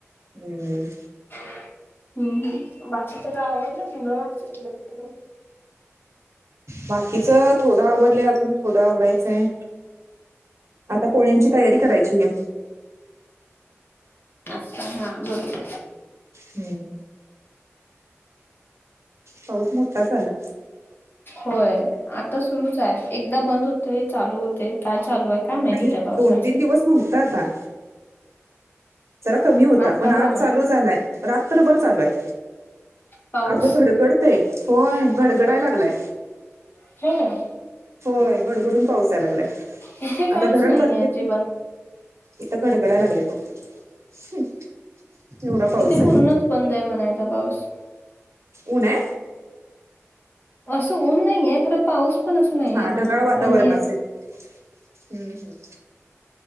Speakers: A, on the right; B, on the left.
A: हम्म्म.
B: हम्म हम्म बाकी सगळं आवरलं. <unintelligible>
A: बाकीच थोडं आवरलंय अजून थोडं आवरायचंय. आता पोळ्यांची तयारी करायचीया.
B: आता हा बरोबर.
A: हम्म. पाऊस मोठाच आला.
B: होय, आता सुरूच आहे एकदा बंद होतय, चालू होतय काय चालू आहे काय माहिती
A: नाही.
B: त्या पावसाचा
A: दोन, तीन दिवस नव्हता आता. जरा कमी होता.
B: आत्ताच
A: पण आज
B: आला
A: चालू झालाय. रात्रभर चालू आहे.
B: पाऊस
A: अगं घडगडतंय. होय, गडगडाय लागलाय.
B: <unintelligible>
A: होय, गडगडून पाऊस यायला लागलाय.
B: इथे काहीच
A: आता धरण
B: नाही
A: भरले
B: अजिबात
A: की इथं घडघडाय लागलय बघ. <unintelligible> पाऊस
B: इथे पूर्णच
A: आहे.
B: बंद आहे म्हनायचा पाऊस.
A: ऊन हय?
B: असं ऊन नाहीये, खरं पाऊस पण असं नाही
A: हा
B: आहे भरपूर
A: ढगाळ वातावरण
B: कमी आहे.
A: असेल. हम्म, हम्म.